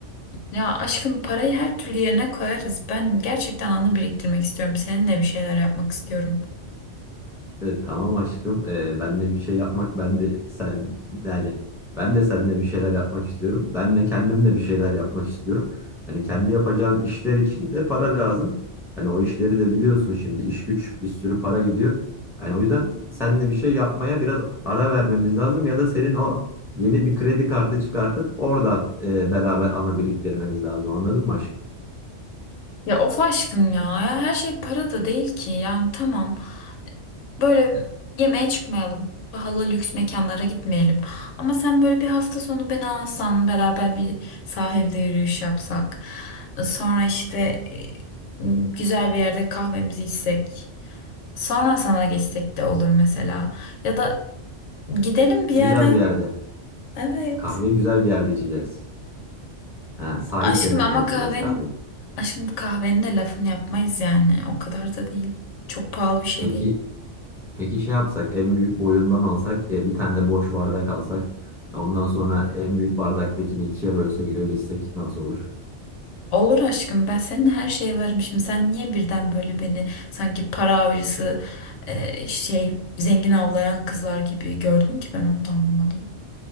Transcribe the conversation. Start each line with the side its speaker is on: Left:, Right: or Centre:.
Left: Ya aşkım parayı her türlü yerine koyarız. Ben gerçekten anı biriktirmek istiyorum. Seninle bir şeyler yapmak istiyorum.
Centre: Evet, tamam aşkım. Ee, benle bir şey yapmak ben de sen yani ben de seninle bir şeyler yapmak istiyorum. Ben de kendim de bir şeyler yapmak istiyorum. Hani kendi yapacağım işler için de para lazım. Hani o işleri de biliyorsun şimdi iş güç bir sürü para gidiyor. Yani o yüzden seninle bir şey yapmaya biraz ara vermemiz lazım ya da senin o yeni bir kredi kartı çıkartıp oradan e, beraber ana biriktirmemiz lazım. Anladın mı aşkım?
Left: Ya of aşkım ya. Her şey para da değil ki. Yani tamam. Böyle yemeğe çıkmayalım. Pahalı lüks mekanlara gitmeyelim. Ama sen böyle bir hafta sonu beni alsan beraber bir sahilde yürüyüş yapsak. e, Sonra işte e, güzel bir yerde kahvemizi içsek. Sonra sana geçsek de olur mesela. Ya da gidelim bir yerden.
Centre: Güzel bir yerde.
Left: Evet.
Centre: Kahve güzel bir yerde içeceğiz. Ha, sahil
Left: Aşkım
Centre: kenarında
Left: ama
Centre: içeceğiz
Left: kahvenin
Centre: kahveyi.
Left: aşkım kahvenin de lafını yapmayız yani. O kadar da değil. Çok pahalı bir şey
Centre: Peki
Left: değil.
Centre: Peki şey yapsak en büyük boyundan alsak e, bir tane de boş bardak alsak. E, Ondan sonra en büyük bardaktakini ikiye bölsek öyle içsek nasıl olur?
Left: Olur aşkım ben senin her şeye varım. Şimdi sen niye birden böyle beni sanki para avcısı e, şey zengin avlayan kızlar gibi gördün ki ben onu da anlamadım.